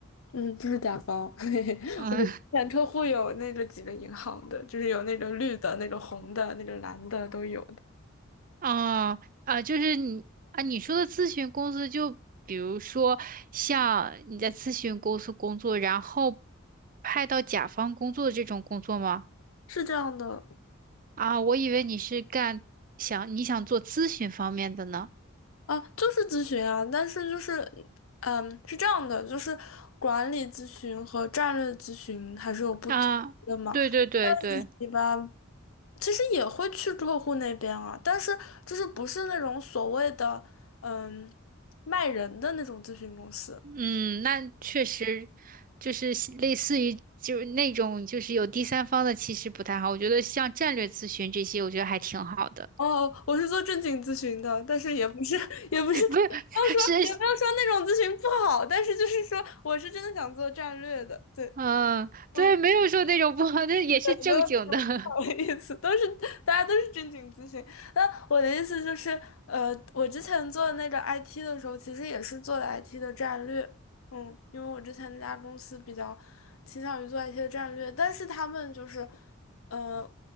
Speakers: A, on the left; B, on the right.
A: 嗯，不是甲方，<laughs> 嘿嘿，
B: 嗯，
A: 我们前客户有那个几个银行的，就是有那个绿的、那个红的、那个蓝的都有的，
B: <laughs> 啊啊，就是你啊，你说的咨询公司，就比如说像你在咨询公司工作，然后派到甲方工作这种工作吗？
A: 是这样的
B: 啊，我以为你是干想你想做咨询方面的呢。
A: 啊，就是咨询啊，但是就是，嗯，是这样的，就是管理咨询和战略咨询还是有不同的嘛，
B: 啊，对对对对，
A: 一般其实也会去客户那边啊，但是就是不是那种所谓的嗯卖人的那种咨询公司，
B: 嗯，那确实就是类似于就是那种就是有第三方的，其实不太好。我觉得像战略咨询这些，我觉得还挺好的。
A: 哦，我是做正经咨询的，但是也不是，<laughs> 也不是，
B: <laughs>
A: 也不要说，
B: 不是，
A: 也不要说那种咨询不好，
B: 是
A: 但是就是说，我是真的想做战略的，对，
B: 嗯，对，
A: 嗯，
B: 没有说那种不好，那也是正经的。
A: 对，没有那种不好的意思，
B: <laughs>
A: 都是大家都是正经咨询。那我的意思就是，呃，我之前做那个 IT 的时候，其实也是做的 IT 的战略，嗯，因为我之前那家公司比较倾向于做 IT 的战略，但是他们就是，呃，